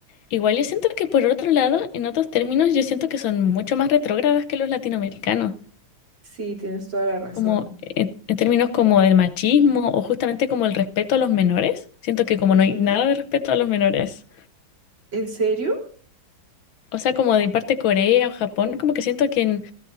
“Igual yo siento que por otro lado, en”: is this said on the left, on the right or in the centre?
Left